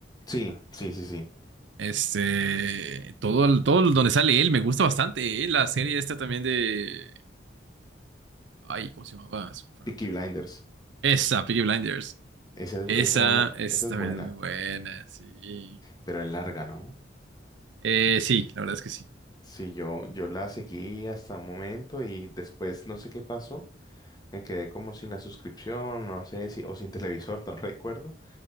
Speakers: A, on the left; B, on the right.
A: sí, sí, sí, sí.
B: Este, todo, el- todo el- donde sale él me gusta bastante. eh. La serie esta también de, ay, ¿cómo se llamaba? Se me fue
A: Peaky
B: el nombre.
A: Blinders.
B: Esa, Peaky Blinders.
A: Esa es,
B: Esa,
A: esa,
B: es
A: esa
B: también
A: es buena,
B: es muy buena, sí.
A: pero es larga, ¿no?
B: Eh, sí, la verdad es que sí.
A: Sí, yo, yo la seguí hasta un momento y después no sé qué pasó Me quedé como sin la suscripción, no sé si, o sin televisor, <laughs> no recuerdo.